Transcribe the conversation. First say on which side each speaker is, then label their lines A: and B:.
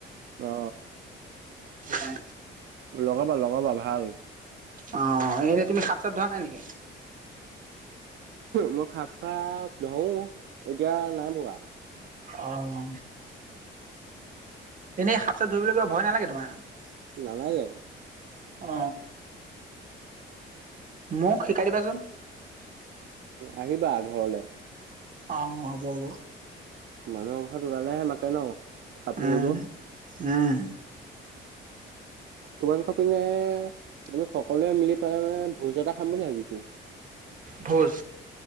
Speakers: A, on the right; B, on the right.
A: অ
B: উম
A: লগাবা লগাবা ভাল।
B: অ এনেই তুমি সাপ চাপ ধৰা নাই নেকি?
A: মই খাপ চাপ নহওঁ এতিয়া নাই ৰা
B: অহ এনেই সাপ চাপ ধুৰিবলৈ ভয় নালাগে তোমাৰ
A: নালাগে
B: অ মোক শিকাই দিবাচোন।
A: আহিবা ঘৰলে-
B: অ হ'ব হ'ব।
A: মানুহৰ ঘৰত ওলালেহে মাতে ন খাপ
B: উম
A: ধৰিব
B: উম
A: তোমালোকৰ পিনে তুমি সকলোৱে মিলি পেলাই মানে ভোজ এটা খাম বুলি ভাবিছো।
B: ভোজ